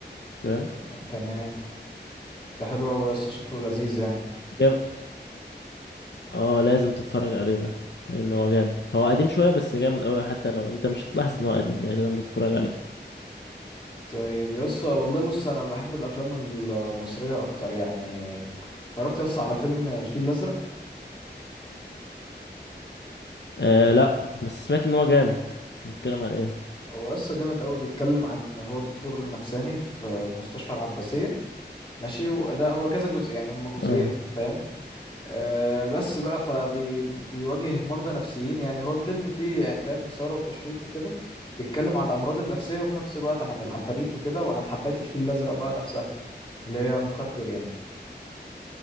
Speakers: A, on the left (about 75°); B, on the left (about 25°).
A: فاهم
B: تمام تمام. ده حلو قوي يا اسطى شكله لذيذ يعني
A: جام- اه لازم تتفرج عليه ده لأن هو جامد هو قديم شوية بس جامد قوي حتى لو انت مش هتلاحظ ان هو قديم يعني لما تتفرج عليه
B: طيب يا اسطى والله بص انا بحب الافلام المصريه اكتر يعني اتفرجت يا اسطى على فيلم الفيل الازرق
A: آه لا بس سمعت ان هو جامد بيتكلم عن ايه
B: هو يا اسطى جامد قوي بيتكلم عن هو دكتور نفساني في في مستشفى العباسيه ماشي وده هو كذا جزء يعني هما جزئين
A: اه
B: فاهم آه، بس بقى فبيواجه مرضى نفسيين يعني هو الفيلم فيه يعني فاهم إثارة وتشويق وكده بيتكلم عن الأمراض النفسية وفي نفس الوقت عن العفاريت وكده وعن حباية الفيل الأزرق بقى نفسها اللي هي مخدر يعني